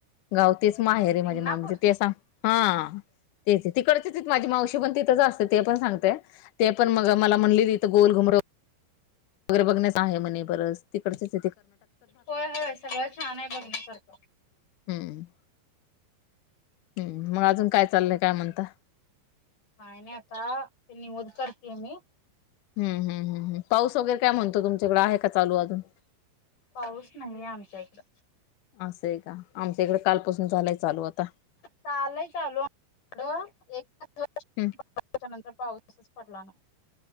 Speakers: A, on the left; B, on the left.
A: गाव तेच माहेर
B: सिंगणापूर
A: आहे माझ्या मामीच ते सांग हा तेच तिकडचीच त माझी मावशी पण तिथंच असते ते पण सांगते ते
B: हम्म.
A: पण मग मला म्हणलीत गोल घुमरो बघण्यास आहे म्हणे बरं तीकडचंच
B: होय होय सगळं छान आहे बघण्यासारखं
A: हम्म हम्म मग अजून काय चालय काय म्हणता
B: काय नाय आता ते निवद करतेय मी
A: हम् हम् हम्म पाऊस वगैरे काय म्हणतो तुमच्या इकडें आहे का चालू अजून
B: पाऊस नाहीे आमच्या इकडं
A: असं आहे का आमच्या इकडे कालपासून झालाय चालू आता
B: चालय चालू आड <unintelligible> एक त्याच्यानंतर
A: हम्म
B: पाऊस असच पडला नाही